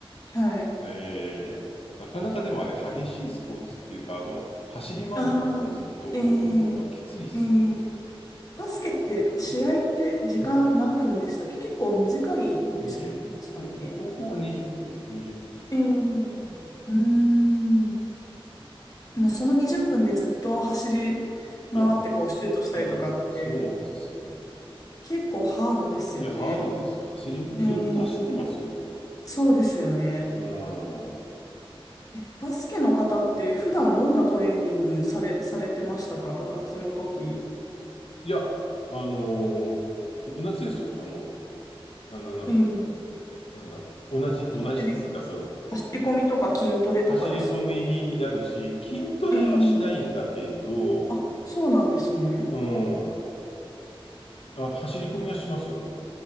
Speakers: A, on the left (about 40°); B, on the left (about 80°).
A: はい。
B: ええなかなかでもあれ、激しいスポーツっていうか、あの、走り回るからね、
A: ああ、
B: ずっとコートの中、
A: えー、
B: きついっすよね。
A: えー、バスケって試合って時間何分でしたっけ結構短いでしたっけ、
B: 20分、
A: でしたっけ
B: 高校は20分、20分だったかな。
A: えー、
B: うん、い
A: うーん。でもその20分でずっと走り回ってこうシュートしたりとかって
B: や、うん、そうですよ。
A: 結構ハードですよね。
B: いや、ハードですよ。走り、ずっと走ってますよね。
A: えーそうですよね。
B: うん。
A: え、バスケの方って普段どんなトレーニングされ、されてましたか部活の時。
B: いや、あのー同じですよ。あの、あの、な
A: ええ、
B: なんだ、同じ、同じっつうか、
A: 走り、
B: その、
A: 走り込みとか筋トレとかですか
B: 走り込みやるし、筋トレはしないんだけど、
A: ええ、あ、そうなんですね。
B: うん、あの、走り込みはしますよ、でも。